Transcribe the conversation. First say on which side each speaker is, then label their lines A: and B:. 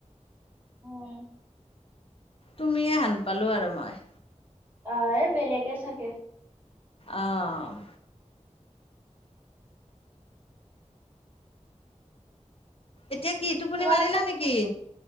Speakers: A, on the right; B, on the left.
A: উম।
B: তুমিয়ে হান পালো আৰু মই।
A: অঁহ এ বেলেগে চাগে।
B: অ' এতিয়া কি টোপনি
A: তোমালোকে
B: মাৰিলা নেকি।